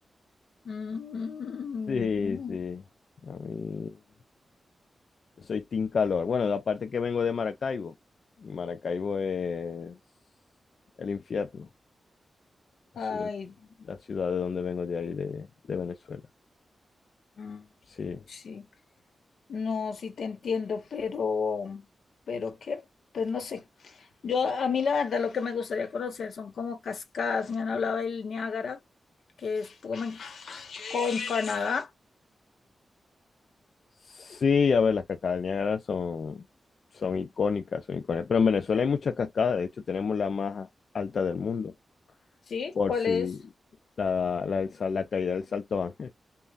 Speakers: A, on the left (about 80°); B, on the left (about 65°).
A: Mm,
B: Sí,
A: no.
B: sí. A mí, yo soy team calor. Bueno, aparte que vengo de Maracaibo. Y Maracaibo es el infierno, la
A: Ay,
B: ciudad, la ciudad de donde vengo de ahí, de, de Venezuela.
A: mm,
B: Sí.
A: sí, no, sí te entiendo, pero, pero qué, pues no sé. Yo, a mí la verdad, lo que me gustaría conocer son como cascadas. Me han hablado del Niágara, que es como en, co- en Canadá,
B: Sí, a ver, las cascadas del Niágara son, son icónicas, son icónicas. Pero en Venezuela hay muchas cascadas, de hecho tenemos la más alta del mundo,
A: ¿sí?
B: por
A: ¿Cuál
B: si
A: es?
B: la, la, del sal- la caída del Salto Ángel,